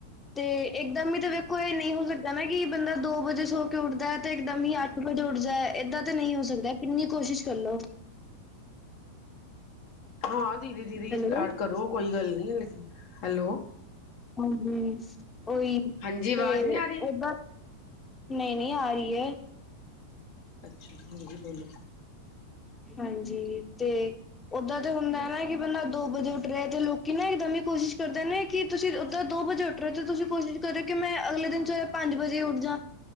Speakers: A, on the left (about 15°); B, on the left (about 45°).
A: ਤੇ ਇੱਕਦਮ ਤੇ ਵੇਖੋ ਇਹ ਨਹੀਂ ਹੋ ਸਕਦਾ ਨਾ ਕਿ ਬੰਦਾ ਦੋ ਵਜੇ ਸੋ ਕੇ ਉੱਠਦਾ ਹੈ ਤੇ ਇਕ ਦਦਮ ਹੀ ਅੱਠ ਵਜੇ ਉੱਠਦਾ ਇਏਦਾਂ ਤੇ ਨਹੀਂ ਨਹੀਂ ਹੋ ਸਕਦਾ ਕਿੰਨੀ ਕੋਸ਼ਿਸ਼ ਕਰ ਲਓ
B: ਹਾਂ ਦੀਦੀ ਦੀ
A: ਹੈਲੋ
B: ਸਟਾਰਟ ਕਰੋ ਕੋਈ ਗੱਲ ਨਹੀਂ ਲੇਕਨ ਹੈਲੋ
A: ਹਾਂਜੀ ਓਹੀ
B: ਹਾਂਜੀ ਆਵਾਜ਼
A: ਤੇ
B: ਨਹੀਂ ਆ ਰਹੀ
A: ਦ ਨਹੀਂ ਨਹੀਂ ਆ ਰਹੀ ਹੈ
B: ਅੱਛਾ ਹਾਂਜੀ ਬੋਲੋ
A: ਹਾਂਜੀ ਤੇ ਓਦਾਂ ਤੇ ਹੁੰਦਾ ਹੈ ਨਾ ਕਿ ਬੰਦਾ ਦੋ ਵਜੇ ਉੱਠ ਰਿਹਾ ਤੇ ਲੋਕੀ ਨਾ ਇਕਦਮ ਹੀ ਕੋਸ਼ਿਸ਼ ਕਰਦੇ ਨੇ ਕਿ ਤੁਸੀਂ ਉੱਦਾਂ ਦੋ ਦੋ ਵਜੇ ਉੱਠ ਰਹੇ ਤੇ ਤੁਸੀਂ ਕੋਸ਼ਿਸ਼ ਕਰਿਓ ਕਿ ਮੈਂ ਅਗਲੇ ਦਿਨ ਚ ਪੰਜ ਵਜੇ ਉੱਠ ਜਾ